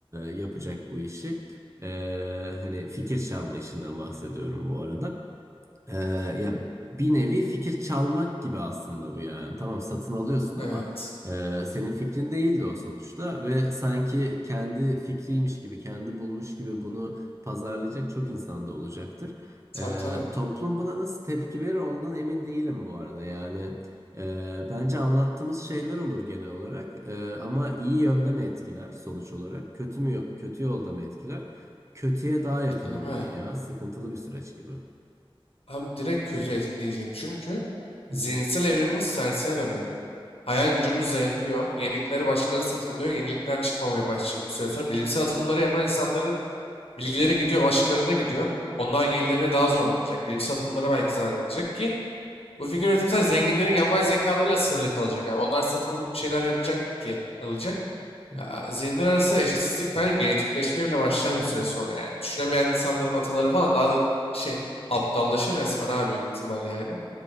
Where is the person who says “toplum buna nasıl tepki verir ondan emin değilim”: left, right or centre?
Right